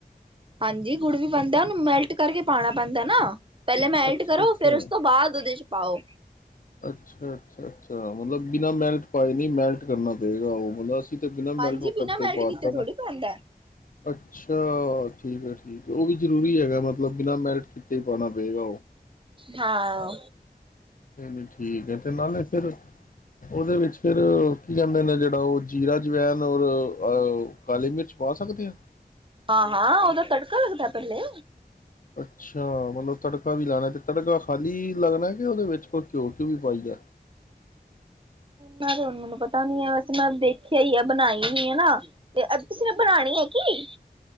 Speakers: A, on the right (about 30°); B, on the left (about 55°).
A: ਹਾਂਜੀ ਗੁੜ ਵੀ ਬਣਦਾ ਉਹਨੂੰ ਮੈਲਟ ਕਰਕੇ ਪਾਉਣਾ ਪੈਂਦਾ ਨਾ। ਪਹਿਲੇ ਮੈਲਟ
B: ਅੱਛਾ
A: ਕਰੋ
B: ਅੱਛਾ
A: ਫੇਿਰ ਉਸ ਤੋਂ ਬਾਅਦ ਉਹਦੇ ਚ ਪਾਓ।
B: ਅੱਛਾ ਅੱਛਾ ਅੱਛਾ ਮਤਲਬ ਬਿਨਾਂ ਮੈਲਟ ਪਾਏ ਨਹੀਂ ਮੈਲਟ ਕਰਨਾ ਪਏਗਾ ਉਹ ਮ ਬਿਨਾਂ ਮੈਲਟ
A: ਹਾਂਜੀ
B: ਕਰਕੇ
A: ਬਿਨਾਂ ਮੈਲਟ
B: ਪਾਤਾ
A: ਕੀਤੇ ਥੋੜ੍ਹੀ
B: ਨਾ
A: ਪੈਂਦਾ
B: ਅੱਛਾ ਠੀਕ ਹੈ। ਉਹ ਵੀ ਜਰੂਰੀ ਹੈਗਾ ਮਤਲਬ ਬਿਨਾਂ ਮੈਲਟ ਕੀਤੇ। ਪਾਉਣਾ ਪਏਗਾ
A: ਹਾਂ।
B: ਚ ਠੀਕ ਹੈ ਤੇ ਨਾਲੇ ਫਿਰ ਉਹਦੇ ਵਿੱਚ ਫਿਰ ਕੀ ਕਹਿੰਦੇ ਨਾ ਜਿਹੜਾ ਉਹ ਜੀਰਾ, ਜਵੈਨ ਔਰ ਅਹ ਕਾਲੀ ਮਿਰਚ ਪਾ ਸਕਦੇ ਹਾਂ।
A: ਹਾਂ, ਹਾਂ ਉਹਦਾ ਤੜਕਾ ਲੱਗਦਾ ਪਹਿਲੇ।
B: ਅੱਛਾ ਮਤਲਬ ਤੜਕਾ ਵੀ ਲੈਣਾ ਤੇ ਤੜਕਾ ਖਾਲੀ ਲੱਗਣਾ ਕਿ ਉਹਦੇ ਵਿੱਚ ਕੋਈ ਘਿਓ-ਘਿਊ ਵੀ ਪਾਈ ਦ।
A: ਨਾ ਤੇ ਹੁਣ ਮੈਨੂੰ ਪਤਾ ਨੀ ਹੈ ਵੈਸੇ ਮੈਂ ਦੇਖਿਆ ਹੀ ਆ ਬਣਾਈ ਹੀ ਹੈ ਨਾ। ਤੇ ਤੁਸੀਂ ਏ ਬਣਾਨੀ ਹੈ ਕੀ?